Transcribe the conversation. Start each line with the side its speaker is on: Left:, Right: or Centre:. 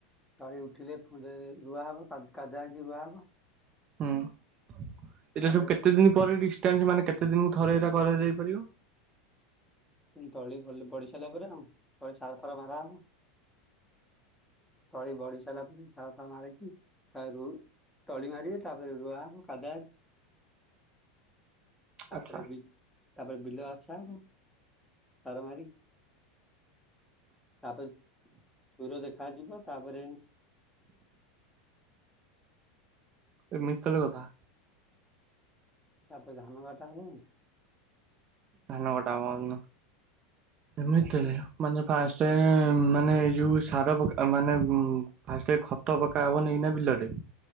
Centre: ତଳି ଉଠିଲେ ଫୁଣି ଥରେ ରୁଆ ହବ କା-କାଦା ହେଇକି ରୁଆ ହବ।
Right: ହୁଁ ଏଇଟା
Centre: ତାପରେ
Right: ସବୁ କେତେ
Centre: ସେ
Right: ଦିନ ପରେ ଡିସଟାନ୍ସ ମାନେ କେତେ ଦିନୁକୁ ଥରେ ଏଇଟା କରାଯାଇ ପାରିବ।
Centre: ଉଁ ତଳି ଭଲି ବଢି ସାଇଲା ପରେ ଆଉ ତାପରେ ସାର ଫାର ମାରା ହବ। ତଳି ବଢି ସାଇଲା ପରେ ସାର ଫାର ମାରିକି ତା ରୁଁ ତଳି ମାରିବେ ତାପରେ ରୁଆ ହବ କାଦା ହେ ତାପରେ
Right: ଆଚ୍ଛା
Centre: ବି ତାପରେ ବିଲ ଆଛା ହବ ସାର ମାରି ତାପରେ ହିର ଦେଖା ଯିବ ତାପରେ
Right: ଏମିିତି ତାହେଲେ କଥା।
Centre: ତାପରେ ଧାନ କାଟା ହବ ଆଉ।
Right: ଧାନ କଟା ହବ <inaudible> ଏମିତିରେ ମାନେ ଫାଷ୍ଟେ ମାନେ ଏ ଯୋଉ ସାର ପକା ମାନେ ଉଁ ଉଁ ଫାଷ୍ଟେ ଖତ ପକା ହବନି ଏଇନା ବିଲରେ।